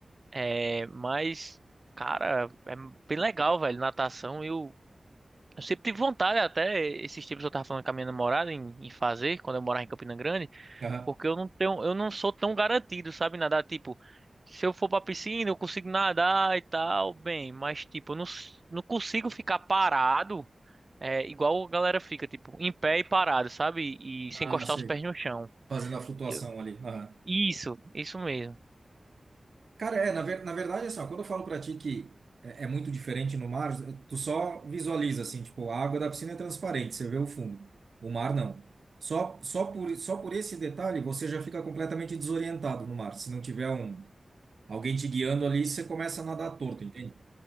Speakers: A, on the right (about 40°); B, on the right (about 70°).
A: É, mas, cara, é bem legal, velho, natação. Eu, eu sempre tive vontade, até esses tempos eu tava falando com a minha namorada em, em fazer, quando eu morava em Campina Grande.
B: Aham.
A: Porque eu não tenho, eu não sou tão garantido, sabe, nadar, tipo, se eu for pra piscina, eu consigo nadar e tal, bem, mas tipo, eu não, s- não consigo ficar parado, é, igual a galera fica, tipo, em pé e parado, sabe? E sem
B: Ah,
A: encostar
B: sei.
A: os pés no chão.
B: Fazendo a flutuação
A: Eu-
B: ali. Aham.
A: isso, isso mesmo.
B: Cara, é, na, ver, na verdade, assim, ó, quando eu falo pra ti que é, é muito diferente no mar, eh, tu só visualiza, assim, tipo, a água da piscina é transparente, você vê o fundo. O mar, não. Só, só por, só por esse detalhe, você já fica completamente desorientado no mar. Se não tiver um, alguém te guiando ali, você começa a nadar torto, entende?